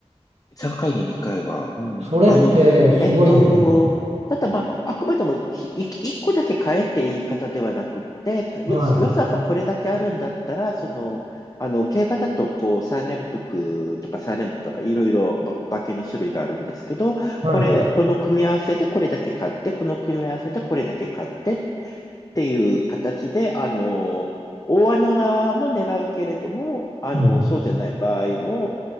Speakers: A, on the left (about 35°); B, on the right (about 75°).
A: 3回に2回は、うん。
B: それってすごいんじゃないです
A: あの、えっと、ただまあ、あくまでもひい1個だけ変えって言い方ではなくって、
B: か。
A: よ予算がこれだけあるんだったら、
B: はい、
A: その、あの、競馬だと、こう、3連複とか3連とかいろいろば馬券の種類があるんですけど、
B: はい、
A: これ、この組み合わせでこれだけ買って、この組み合わせでこれだけ買ってっっていう形で、あの、大穴も狙うけれども、あの、
B: うん、
A: そうじゃない場合も